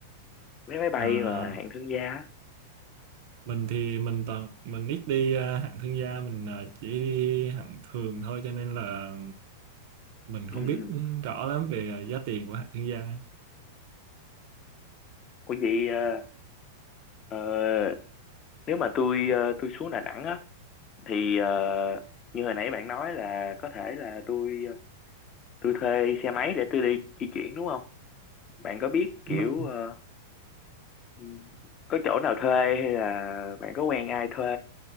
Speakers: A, on the left; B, on the right.
A: vé máy bay
B: à,
A: mà hạng thương gia á
B: mình thì mình toàn mình ít đi à, hạng thương gia mình à, chỉ đi hạng thường thôi cho nên là mình
A: ừ.
B: không biết
A: ừ.
B: ừ, rõ lắm về ờ, giá tiền của hạt thương gia
A: ủa vậy ờ, ờ, nếu mà tôi ờ, tôi xuống Đà Nẵng á thì ờ, như hồi nãy bạn nói là có thể là tôi ờ, tôi thuê xe máy để tôi đi di chuyển đúng không bạn có biết kiểu
B: đúng rồi
A: ờ, ừ, có chỗ nào thuê hay là bạn có quen ai thuê